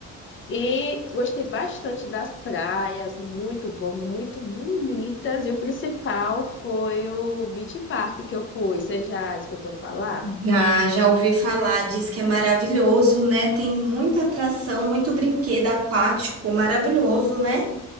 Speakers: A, on the left; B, on the right.
A: E gostei bastante das praias. Muito bom, muito bonitas. E o principal foi o Beach Park que eu fui. Você já escutou falar?
B: Já, já ouvi falar, diz que é maravilhoso, né? Tem muita atração, muito brinquedo aquático, maravilhoso, né?